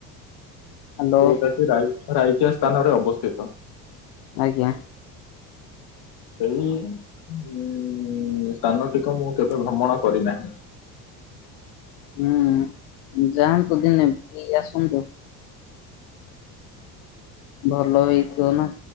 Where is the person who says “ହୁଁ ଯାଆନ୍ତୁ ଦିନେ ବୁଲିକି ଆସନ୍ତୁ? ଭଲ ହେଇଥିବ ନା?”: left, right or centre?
Left